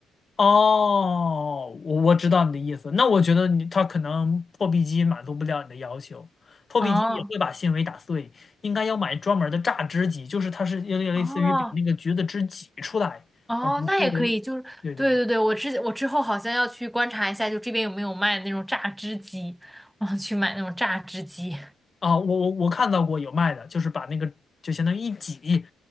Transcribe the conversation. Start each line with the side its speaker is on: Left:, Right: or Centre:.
Left: 哦，我我知道你的意思。那我觉得你它可能破壁机满足不了你的要求，破壁机也会把纤维打碎，
Centre: 哦
Left: 应该要买专门的榨汁机，就是它是有点类似于把那个橘子汁挤出来，
Centre: 哦，哦，
Left: 而不是，
Centre: 那也可以，就是对对对，
Left: 对对对，
Centre: 我之我之后好像要去观察一下，就这边有没有卖那种榨汁机，我想去买那种榨汁机。
Left: 啊，我我我看到过有卖的，就是把那个就相当于一挤，